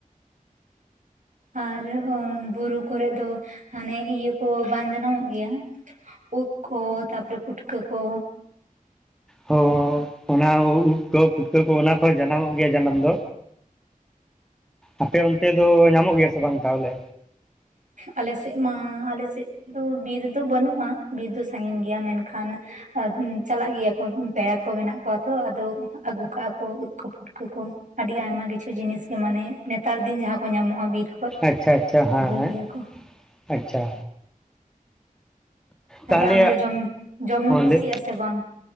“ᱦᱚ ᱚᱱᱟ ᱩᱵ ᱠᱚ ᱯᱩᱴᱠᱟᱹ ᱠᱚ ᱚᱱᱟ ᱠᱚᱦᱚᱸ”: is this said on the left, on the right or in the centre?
Centre